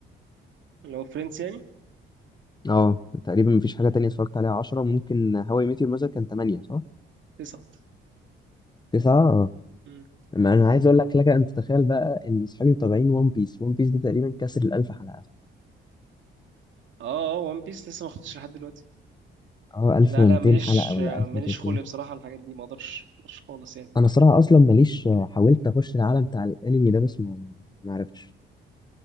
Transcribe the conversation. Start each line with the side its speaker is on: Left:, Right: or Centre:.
Right: اللي هو فريندز يعني
Left: اه تقريبا مفيش حاجه تانية اتفرجت عليها 10 ممكن هواي ميت يور مذر كان 8 صح
Right: تسعة
Left: 9 اه
Right: مم.
Left: ما انا عايز اقول لك لك انت تتخيل بقى ان اصحابي متابعين ون بيس ون بيس ده تقريبا كسر ال 1000 حلقه
Right: اه اه وان بيس لسه ما خدتش لحد دلوقتي
Left: اه 1200
Right: لا لا ماليش
Left: حلقه ولا 1300
Right: ماليش خلق بصراحة على الحاجات دي ما اقدرش ما اقدرش خالص يعني
Left: انا صراحه اصلا ماليش حاولت اخش العالم بتاع الانمي ده بس ما ما عرفتش